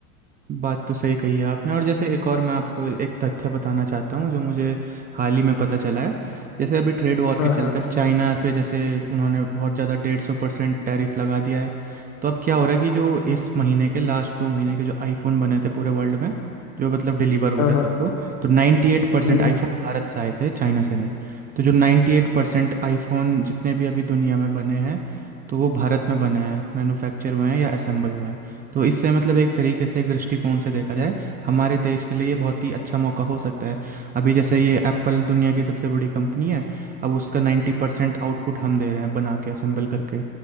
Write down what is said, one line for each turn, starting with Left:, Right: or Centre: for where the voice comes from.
Right: बात तो सही कही है आपने और जैसे एक और मैं आपको एक तथ्य बताना चाहता हूँ जो मुझे हाल ही में पता चला है जैसे अभी ट्रेड वॉर
Left: हाँ
Right: के चलते
Left: हाँ
Right: अब चाइना पे जैसे उन्होंने बहुत ज़्यादा डेढ़ सौ परसेंट टैरिफ लगा दिया है तो अब क्या हो रहा है कि जो इस महीने के लास्ट दो महीने के जो आईफोन बने थे पूरे वर्ल्ड में जो मतलब डिलीवर हुए
Left: हाँ
Right: थे
Left: हाँ
Right: सबको तो 98%
Left: हम्म
Right: एट परसेंट आईफोन भारत से आए थे चाइना से नहीं तो जो 98% एट परसेंट आईफोन जितने भी अभी दुनिया में बने हैं तो वो भारत में बने हैं मैन्युफैक्चर हुए हैं या असेंबल हुए हैं तो इससे मतलब एक तरीके से एक दृष्टिकोण से देखा जाए हमारे देश के लिए ये बहुत ही अच्छा मौका हो सकता है अभी जैसे ये एप्पल दुनिया की सबसे बड़ी कंपनी है अब उसका नाइन्टी परसेंट आउटपुट हम दे रहे हैं बना के असेंबल करके